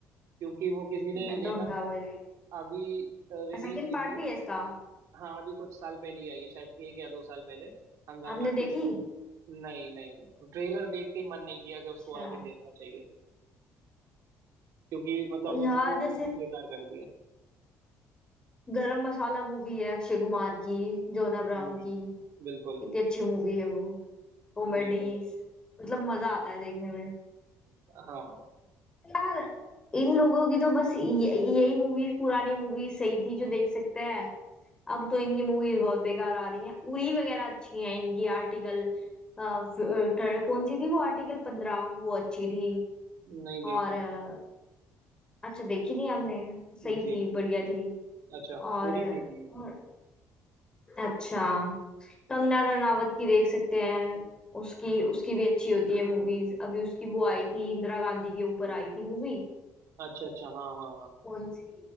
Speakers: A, on the right (about 65°); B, on the left (about 15°).
A: क्योंकि वो किसी ने
B: मैं
A: नहीं देखा
B: तो हंगामा ही देखा
A: अभी रिलीज
B: सेकंड
A: हुई
B: पार्ट
A: थी
B: भी है इसका
A: हाँ अभी कुछ साल पहले ही आई है शायद एक या दो साल पहले हंगामा
B: आपने देखी
A: टू नहीं नहीं नहीं ट्रेलर देख के ही मन नहीं किया
B: अच्छा
A: कि उसको आगे देखना चाहिए क्योंकि मतलब
B: और यहाँ
A: उसको
B: जैसे
A: बेकार कर दिया
B: गरम मसाला मूवी है अक्षय कुमार की जॉन अब्राहम
A: हम्म
B: की
A: बिल्कुल
B: कितनी अच्छी मूवी है वो कॉमेडी
A: बिल्कुल
B: मतलब मजा आता है देखने
A: हाँ
B: यार इन लोगों की तो बस ये- यही मूवीज पुरानी मूवीज सही थी जो देख सकते हैं अब तो इनकी मूवीज बहुत बेकार आ रही हैं उरी वगैरह अच्छी हैं इनकी आर्टिकल कौन सी थी वो आर्टिकल पंद्रह वो अच्छी थी
A: नहीं
B: और
A: देखी
B: अ, अच्छा देखी नहीं हमने सही
A: जी
B: थी बढ़िया थी
A: अच्छा
B: और,
A: उरी देखी है
B: और अच्छा कंगना रनावत की देख सकते हैं उसकी उसकी भी अच्छी होती है मूवीज अभी उसकी वो आई थी इंदिरा गांधी के ऊपर आई थी मूवी
A: अच्छा अच्छा हाँ हाँ हाँ।
B: कौन सी